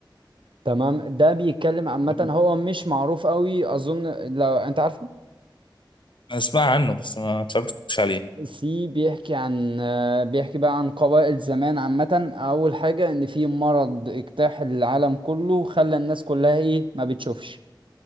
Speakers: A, on the right; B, on the left.
A: تمام ده بيتكلم عامة
B: أنا
A: هو مش معروف قوي أظن لو أنت عارفه
B: أسمع عنه بس ما اتفرجتش عليه
A: سي بيحكي عن آه، بيحكي بقى عن قبائل زمان عامة أول حاجة إن في مرض اجتاح العالم كله خلى الناس كلها إيه ما بتشوفش